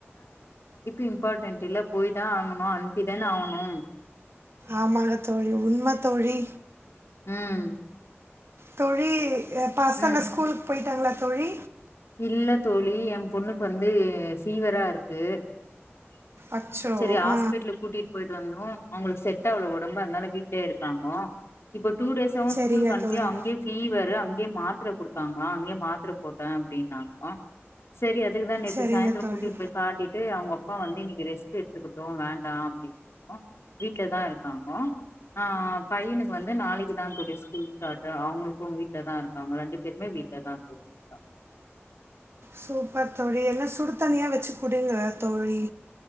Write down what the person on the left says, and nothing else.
இம்பார்டன்ட் இல்ல போய் தான் ஆகணும் அனுப்பி தானே ஆகணும்
ஹம்
ம்
இல்ல தோழி என் பொண்ணுக்கு வந்து ஃபீவரா இருக்கு
சரி ஹாஸ்பிடலுக்கு
கூட்டிட்டு போயிட்டு வந்தோம் அவங்களுக்கு செட்அவ்ளவு உடம்பு இருனால வீட்லயே இருக்காங்க இப்போ டூ டேஸ்
ஸ்கூல் க அனுப்பியா
அங்கே ஃபீவர் அங்க அங்கேயே மாத்திரை கொடுத்தாங்களா அங்கயே மாத்திரை போட்டேன் அப்படினா சேரி அதுக்கு தான் நேற்று
சாயந்தரோம்
கூட்டின்னு போய் காட்டிட்டு அவங்க அப்பா வந்து இன்னைக்கு ரெஸ்ட் எடுத்துக்கிட்டும் வேண்டாம் அப்படனு வீட்ல தான் இருக்கும் ஆம ஆ பையனுக்கு வந்து நாளைக்கு தான் த தோழி ஸ்கூல் ஸ்டார்ட் அவங்களுக்கும் வீட்டுல தான் இருக்காங்க ரெண்டு பேருமே வீட்டுல தான் சொல்லி இருக்காங்க